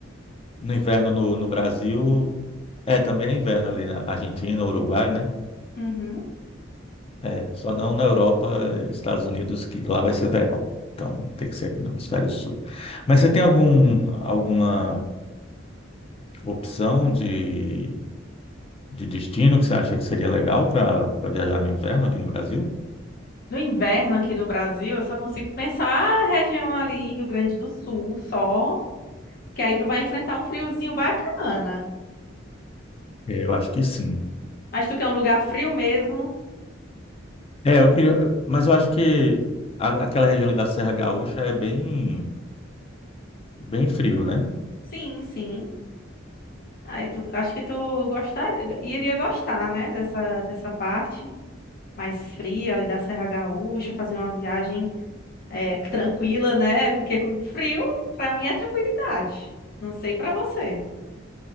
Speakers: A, on the left; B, on the left.
A: no inverno no, no Brasil, é, também é inverno ali na Argentina, Uruguai, né?
B: Uhum.
A: É, só não na Europa, Estados Unidos, que lá vai ser verão. Então tem que ser aqui no hemisfério sul. Mas você tem algum, alguma opção de, de destino que você acha que seria legal para viajar no inverno aqui no Brasil?
B: No inverno aqui no Brasil, eu só consigo pensar a região ali, Rio Grande do Sul, só, que aí tu vai enfrentar um friozinho bacana.
A: É, Eu acho que sim.
B: Mas tu quer um lugar frio mesmo?
A: É, eu queria, mas eu acho que a- aquela região ali da Serra Gaúcha é bem, bem frio, né?
B: Sim, sim. Aí tu, acho que tu gostar, iria gostar, né, dessa, dessa parte mais fria ali da Serra Gaúcha, fazer uma viagem é, tranquila, né? Porque com frio, pra mim, é tranquilidade. Não sei pra você.